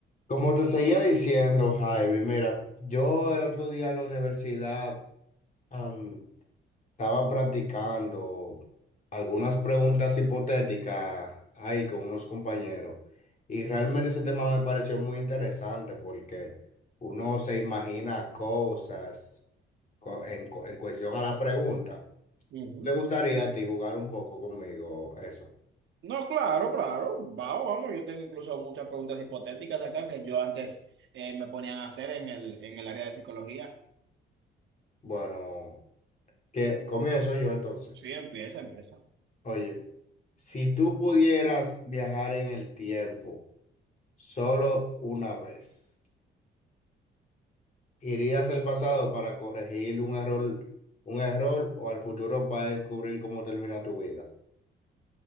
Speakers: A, on the left (about 40°); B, on the right (about 70°).
A: Como te seguía diciendo, Jaime, mira, yo el otro día en la universidad am, estaba practicando algunas preguntas hipotéticas ahí con unos compañeros y realmente ese tema me pareció muy interesante porque uno se imagina cosas co- en, cu- en cuestión a la pregunta.
B: Ujú.
A: ¿Te gustaría a ti jugar un poco conmigo eso?
B: No, claro, claro. Vamos, vamos. Yo tengo incluso muchas preguntas hipotéticas de acá que yo antes eh, me ponían a hacer en el, en el área de psicología.
A: Bueno, que comienzo yo entonces.
B: Sí, empieza, empieza.
A: Oye. Si tú pudieras viajar en el tiempo solo una vez, ¿irías al pasado para corregir un error, un error o al futuro para descubrir cómo termina tu vida?